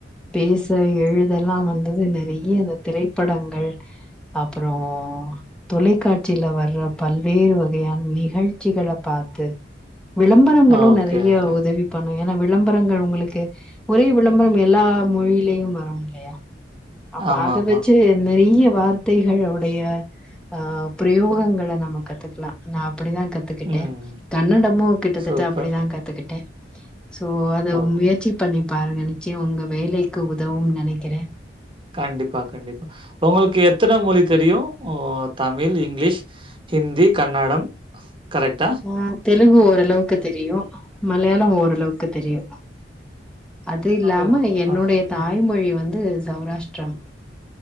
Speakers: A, in the centre; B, on the right (about 30°).
A: பேச எழுத எல்லா வந்தது நெறைய இந்த திரைப்படங்கள் அப்புறோ தொலைக்காட்சியில வர்ற பல்வேறு வகையான நிகழ்ச்சிகள பாத்து விளம்பரங்களு
B: ஓகே,
A: நெறைய
B: ஓகே.
A: உதவி பண்ணு எனா விளம் பரங்கள் உங்களுக்கு ஒரே விளம்பரம் எல்லா மொழிலயு வரும் இல்லையா அப்ப
B: ஆமா,
A: அத
B: ஆமா.
A: வெச்சு நெறையவ் வார்த்தைகளுடைய ஆஹ் பிரயோகங்கள நம்ம கத்துக்கலா நா அப்டிதா கத்துக்கிட்டே
B: ம்.
A: கன்னடமு கிட்டத்தட்ட
B: சூப்பர்.
A: அப்டிதா கத்துக்கிட்டே சோ அத
B: ஓகே.
A: முயற்சி பண்ணி பாருங்க நிச்சயொ உங்க வேலைக்கு உதவும் நெனைக்குறே
B: கண்டிப்பா கண்டிப்பா உங்களுக்கு எத்தன மொழி தெரியு உ தமிழ் இங்கிலீஷ் ஹிந்தி கன்னடம் கரெக்ட்டா?
A: ஆஹ் தெலுங்கு ஓரளவுக்கு தெரியு மலையாளம் ஓரளவுக்கு தெரியு அது இல்லாம
B: ஆ,
A: என்னுடைய
B: ஆ
A: தாய்மொழி வந்து சௌராஷ்டிரம்